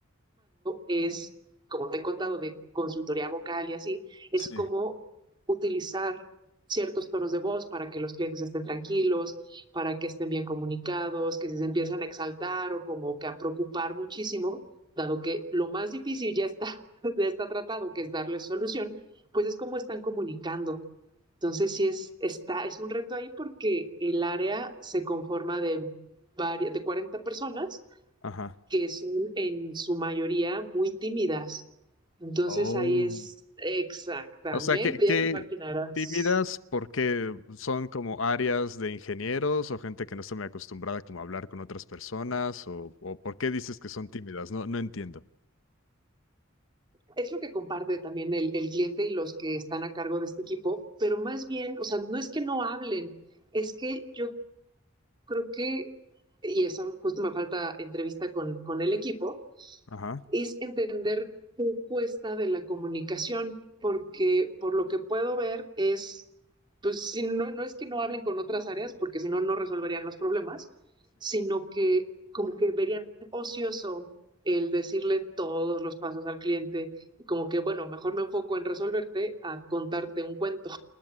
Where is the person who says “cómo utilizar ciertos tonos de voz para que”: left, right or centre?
Right